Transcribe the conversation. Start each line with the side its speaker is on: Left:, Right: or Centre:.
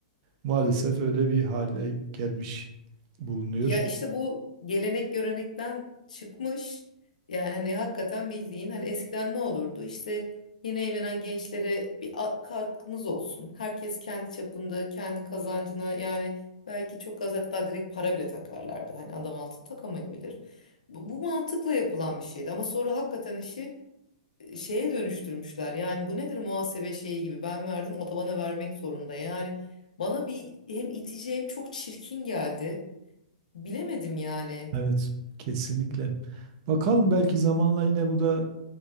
Right: Maalesef öyle bir hale gelmiş bulunuyor.
Left: Ya işte bu gelenek görenekten çıkmış. Yani hani hakikaten bildiğin hani eskiden ne olurdu? İşte yeni evlenen gençlere bir a- katkımız olsun. Herkes kendi çapında, kendi kazancına yani belki çok az hatta direkt para bile takarlardı. Hani adam altın takamayabilir. Bu, bu mantıkla yapılan bir şeydi ama sonra hakikaten işi e, şeye dönüştürmüşler. Yani bu nedir muhasebe şeyi gibi ben verdim o da bana vermek zorunda. Yani bana bir hem itici hem çok çirkin geldi. Bilemedim yani.
Right: Evet, kesinlikle. Bakalım belki zamanla yine bu da